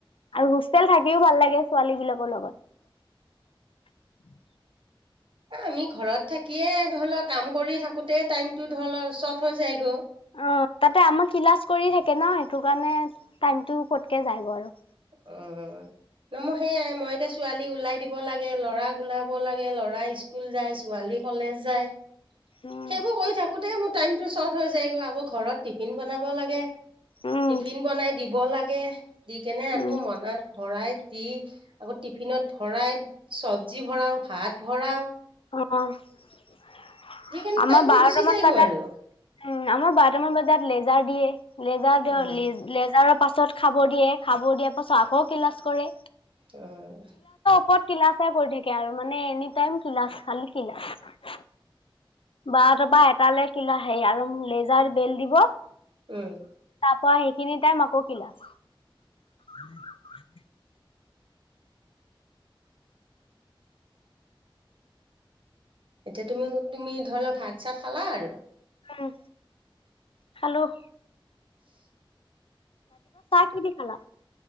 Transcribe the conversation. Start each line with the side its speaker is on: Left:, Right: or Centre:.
Left: আৰু হোচ টাল থাকিও ভাল লাগে। ছোৱালী বিলাকৰ লগত।
Right: আমি ঘৰত থাকিয়ে ধৰ ল' কাম কৰি থাকোতে টাইমতটো ধৰ ল' শৰ্ট হৈ যায়গৈ।
Left: অ' তাতে আমাক ক্লাছ কৰি থাকে ন, সেইটো কাৰণে টাইমতটো পটকে যায় গৈ আৰু।
Right: উম, মোৰ সেইয়াই মই এতিয়া ছোৱালীক ওলাই দিব লাগে, ল'ৰাক ওলাব লাগে, ল'ৰা স্কুল যায় ছোৱালী কলেজ যায়।
Left: উম,
Right: সেইবোৰ কৰি থাকোতে মোৰ টাইমতটো শ্বৰ্ট হৈ যায়গৈ, আকৌ ঘৰত টিফিন বনাব লাগে।
Left: উম,
Right: টিফিন বনাই দিব লাগে দি কেনে আ
Left: উম,
Right: তাত ভৰাই দি আকৌ টিফিনত ভৰাই চবজি ভৰাও, ভাত ভৰাও।
Left: অ' অ'।
Right: দি কেনে
Left: আমাৰ
Right: টাইমটো
Left: বাৰটা
Right: গুচি
Left: মান
Right: যায়গৈ
Left: বজাত,
Right: আৰু
Left: উম আমাৰ বাৰ কেইটামান বজাত লেজাৰ দিয়ে। লেজাৰ
Right: উম
Left: দিয়ক লি লেজাৰ পাছত খাব দিয়ে, খাব দিয়াৰ পাছত আকৌ ক্লাছ কৰে।
Right: উম।
Left: ত ক্লাছে কৰি থাকে আৰু মানে এনিটাইম ক্লাছ খালি ক্লাছ, বাৰতাপা এটালৈ কিলা আৰু লেজাৰ বেল্ট দিব।
Right: উম।
Left: পোৱা সেইখিনি টাইম আকৌ ক্লাছ। <inaudible>
Right: এতিয়া তুমি তুমি ধৰ ল ভাত চাত খালা আৰু।
Left: উম। খালোঁ। কি দি খালা